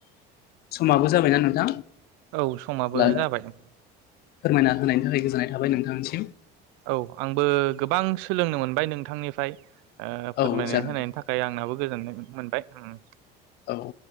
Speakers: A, on the left; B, on the right.
A: समाबो जाबायना नोंथां?
B: औ समाबो
A: अब्ला
B: जाबाय।
A: फोरमायना होनायनि थाखाय गोजोननाय थाबाय नोंथांनिसिम।
B: औ आंबो गोबां सोलोंनो मोनबाय नोंथांनिफ्राय। ओ
A: औ
B: फोरमायनाय
A: जागोन
B: होनायनि
A: दे
B: थाखाय आंनाबो गोजोननाय मोनबाय। उम
A: औ